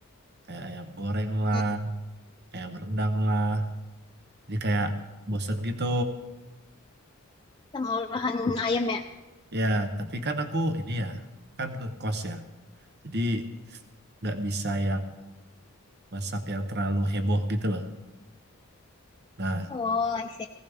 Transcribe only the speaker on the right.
kayak ayam goreng lah,
ayam rendang lah, jadi kayak bosen gitu.
Ya, tapi kan aku ini ya, kan ke kos ya, jadi nggak bisa yang masak yang terlalu heboh gitu loh. Nah,